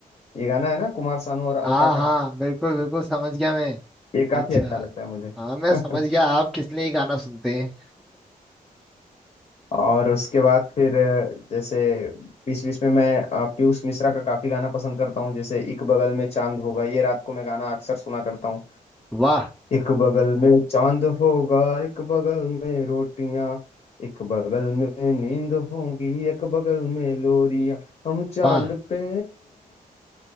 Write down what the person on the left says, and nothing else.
ये गाना है ना कुमार सानू और
अलका
का
ये काफी
अच्छा लगता है मुझे
<laughs>
और उसके बाद फिर अ, जैसे बीच बीच में मैं अ, पीयूष मिश्रा का काफी गाना पसंद करता हूँ जैसे एक बगल में चांद होगा ये रात को मैं गाना अक्सर सुना करता हूँ
एक बगल में चांद होगा एक बगल में रोटियां एक बगल में नींद होगी एक बगल में लोरियां हम चांद
पे